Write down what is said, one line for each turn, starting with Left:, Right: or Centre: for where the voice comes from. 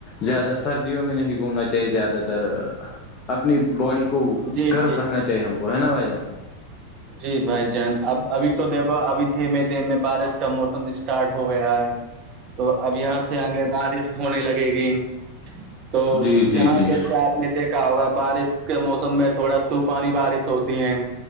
Left: زیادہ سردیوں میں نہیں گھومنا چاہیے زیادہ تر اپنی باڈی کو
Right: جی
Left: گرم
Right: جی
Left: رکھنا چاہیے ہم کو ہے نا بھجا
Right: جی بھائی جان اب ابھی تو دیکھو ابھی دھیمے دھیمے بارش کا موسم اسٹارٹ ہو گیا ہے تو اب یہاں سے آگے بارش ہونے لگے گی تو
Left: جی جی
Right: جہاں
Left: جی
Right: جیسے آپ نے دیکھا ہوگا بارش کے موسم میں تھوڑا طوفانی بارش ہوتی ہیں